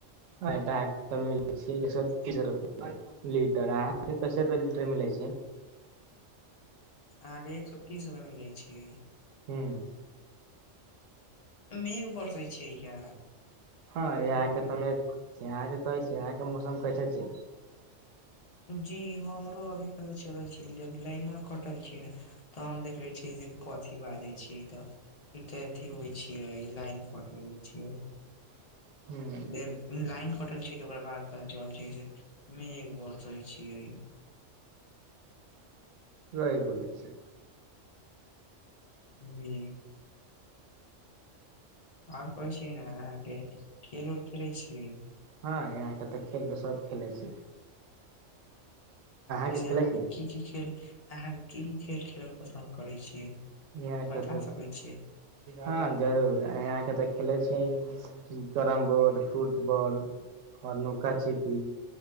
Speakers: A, on the right; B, on the left.
A: आ तऽ मिलै छै एक सए तीस रुपआ लीटर अहाँके कसे रुपआ लीटर मिलै छै
B: अहाँके एक सए तीस रुपय मिलै छै
A: हूँ
B: मेघ बरसै छिय का
A: हँ <unintelligible>
B: अहाँके ओरी
A: छ अहाँके मौसम कैसे छै
B: जी हमरो अभी त चलल छी लाइन मे कटल छी ने तऽ हम देख रहे छियै जे कथी बाजै छियै तऽ ई त अथी होइ छियै लाइन कटेले छियै
A: हूँ
B: लाइन कटल छी तऽ ओकरा बाद पता चलछै की मेघ बरसल सै छिय
A: सही बोले छिए
B: हू आउर कहइ छिय न अहाँके खेल उल खेलै छी
A: हँ यहाँके तऽ खेल सब खेले छी
B: ऐसे
A: के खेले
B: अहाँ
A: छी
B: की की खेल अहाँके की की खेल खेलल पसन्द करै छियै
A: यहाँ के
B: बता
A: तऽ
B: सकै छीय
A: हँ जरूर यहाँके तऽ खेले छियै कैरम बोर्ड फुटबॉल हर नुका छिपी